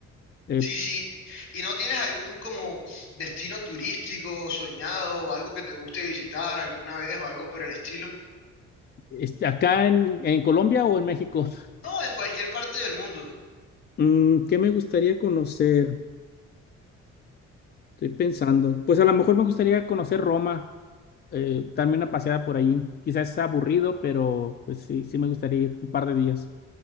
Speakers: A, on the left; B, on the left.
A: Eh,
B: Sí, sí. ¿Y no tienes algún como destino turístico soñado, algo que te guste visitar alguna vez o algo por el estilo?
A: este, ¿acá en, en Colombia o en México? <laughs>
B: No, en cualquier parte del mundo.
A: Mm, ¿qué me gustaría conocer? Estoy pensando. Pues a lo mejor me gustaría conocer Roma, eh, darme una paseada por allí. Quizás sea aburrido, pero pues sí, sí me gustaría ir un par de días.